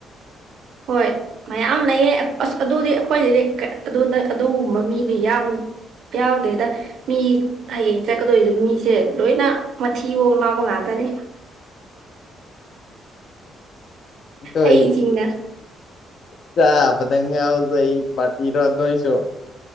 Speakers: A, on the right; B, on the left.
A: ꯍꯣꯏ ꯃꯌꯥꯝ ꯂꯩꯌꯦ ꯑꯛ ꯑꯁ ꯑꯗꯨꯗꯤ ꯑꯩꯈꯣꯏꯗꯗꯤ ꯀꯩ ꯑꯗꯨꯗ ꯑꯗꯨꯒꯨꯝꯕ ꯃꯤꯗꯤ ꯌꯥꯝ ꯄꯌꯥꯎꯗꯗ ꯃꯤ ꯍꯌꯦꯡ ꯆꯠꯀꯗꯣꯏꯗꯣ ꯃꯤꯁꯦ ꯂꯣꯏꯅ ꯃꯊꯤꯕꯣꯡ ꯂꯥꯎꯕ ꯉꯥꯛꯇꯅꯦ
B: ꯇꯣꯏ
A: ꯑꯩꯁꯤꯡꯅ
B: ꯆꯥꯕꯗ ꯉꯥꯎꯖꯩ ꯄꯥꯇ꯭ꯔꯤꯔꯣ ꯑꯗꯣꯏꯁꯨ